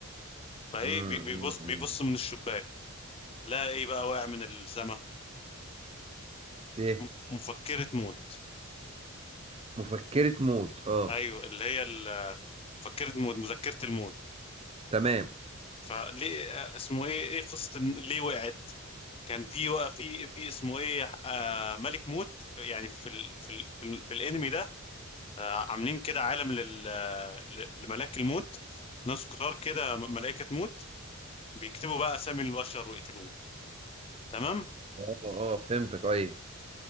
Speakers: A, on the left; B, on the right.
A: فايه
B: امم
A: بي- بيبص بيبص من الشباك لا ايه بقى واقع من السما
B: ايه
A: م- مفكرة موت
B: مفكرة موت اه
A: ايوه اللي هي ال- مفكرة موت مذكرة الموت
B: تمام
A: فليه آه، اسمه ايه ايه قصة إن- ليه وقعت كان في وقع في في اسمه ايه آه ملك موت يعني في ال في ال في, ال في الانمي ده آه عاملين كده عالم لل آه، ل- لملاك الموت ناس كتار كده م- ملائكة موت بيكتبوا بقى اسامي البشر ويقتلوهم تمام
B: اه اه فهمتك ايوه